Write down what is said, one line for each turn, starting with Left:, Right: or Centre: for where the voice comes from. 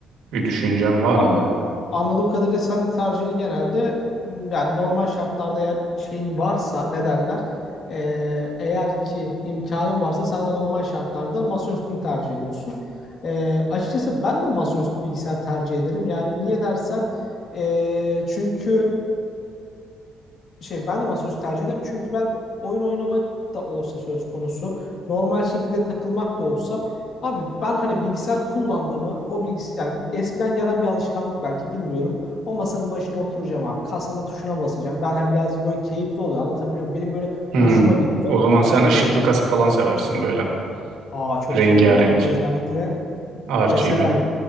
Right: bir düşüncen var
Left: Abi
Right: mı?
Left: anladığım kadarıyla sen de tercihini genelde m, yani normal şartlarda eğer şeyin varsa ne derler Ee, eğer ki imkanın varsa sen de normal şartlarda masaüstünü tercih ediyorsun. Ee, açıkçası ben de masaüstü bilgisayar tercih ederim. Yani niye dersen ee, çünkü şey ben de masaüstü tercih ederim. Çünkü ben oyun oynamak da olsa söz konusu, normal şekilde takılmak da olsa abi ben hani bilgisayar kullandığımı o bilgisayar yani eskiden gelen bir alışkanlık belki bilmiyorum. O masanın başına oturacağım abi. Kasanın tuşuna basacağım. Ben hani birazcık böyle keyifli oluyor. Anlatabiliyor muyum? Benim böyle
Right: Hmm.
Left: hoşuma gidiyor.
Right: O zaman sen
Left: Ee,
Right: ışıklı kasa falan seversin böyle.
Left: aa çok
Right: Rengarenk,
Left: severim böyle özellikle
Right: RGB.
Left: Mesela